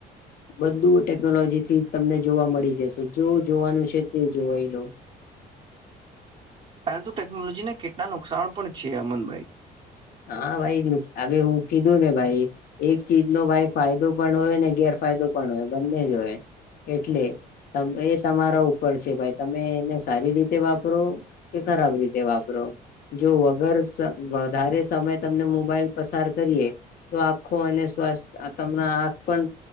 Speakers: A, on the left; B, on the right.
A: બધું ટેકનોલોજી થી તમને જોવા મળે પડી જશે જો જોવાનું છે તે જોવાઈ લો
B: તો ટેકનોલોજીને કેટલા નુકસાન પણ છે અમનભાઈ
A: હા ભાઈ નુ હું કીધું ને ભાઈ એક ચીજ નો ભાઈ ફાયદો પણ હોય ને ગેર ફાયદો પણ હોય બંને જ હોય એટલે એ તમારા ઉપર છે ભાઈ તમે એને સારી રીતે વાપરો કે ખરાબ રીતે વાપરો જો વગર વધારે સમય તમને મોબાઈલ પસાર કરીએ તો આંખો અને સ્વસ્થ તમ આંખ પણ